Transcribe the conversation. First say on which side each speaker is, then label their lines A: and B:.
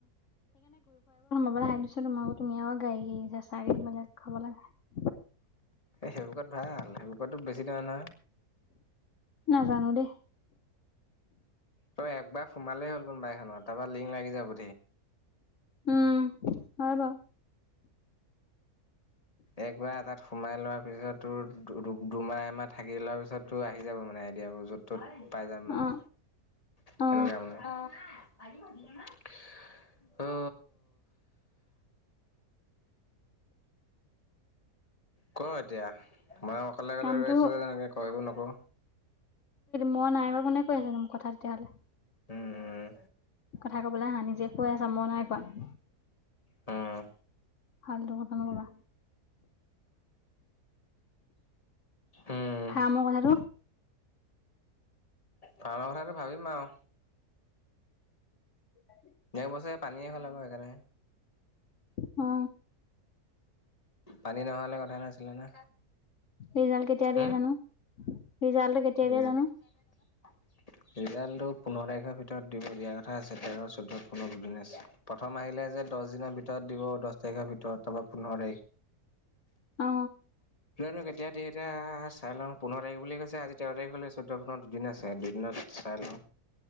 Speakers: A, on the left; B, on the left.
A: দিছ তোমাকো তুমি আৰু গাড়ীবিলাক খাব লাগে <inaudible>
B: সেইবোকত ভাল সেইবোকতো বেছি নহয় নহয়।
A: জানো দে
B: তই একবাৰ সোমালেই হ'ল কোনোবাই এখনত তাৰপৰা লিংক লাগি যাব
A: উম হয় বা
B: একবাৰ এ তাত সোমাই লোৱাৰ পিছত তোৰ দু দুমাহ এমাহ থাকি লোৱাৰ পিছত তোৰ আহি যাব মানে আইডিয়াবোৰ য'ত ত'ত পাই যাম মানে
A: অ
B: সনেকোৱা
A: অ
B: মানে অ ক এতিয়া মই অকলে অকলে
A: কামটো
B: ৰৈ আছো যে তেনেকে কয় একো নক অ
A: <inaudible> কোনে কৈ আছে মোক কথা তেতিয়া হ'লে
B: উম উম
A: কথা কবলৈ হাঁ নিজে কৈ আছা মই নাই কোৱা
B: উম
A: ভালদৰে বনাবা
B: উম
A: ফাম কথাটো
B: ভাবা কথাটো ভাবিম আৰু
A: <inaudible>
B: এক বছৰে পানীয়ে খালে আকৌ সেইকাৰণে
A: অ
B: পানী নহলে কথা নাছিলে না
A: ৰিজাল্ট কেতিয়া
B: হম
A: দিয়ে জানো ৰিজাল্টটো কেতিয়া
B: ৰিজাল্টটো
A: দিয়ে জানো
B: পোন্ধৰ তাৰিখৰ ভিতৰত ঢিয়া <inaudible> ক আছে তেৰ চৈধ্য পোন্ধৰ দুদিন প্ৰথম আহিলে যে। দহ দিনৰ ভিতৰত দিব দহ তই গাবি তহঁত তাপা ফন আহা দেই
A: অ
B: না এতিয়া দিয়া এতিয়া চাই লওঁ পোন্ধৰ তাৰিখ বুলি তেৰ তাৰিখ হ'ল চৈধ্য পোন্ধৰ দুদিন হে আছে। চা দুদিনত চাইলং।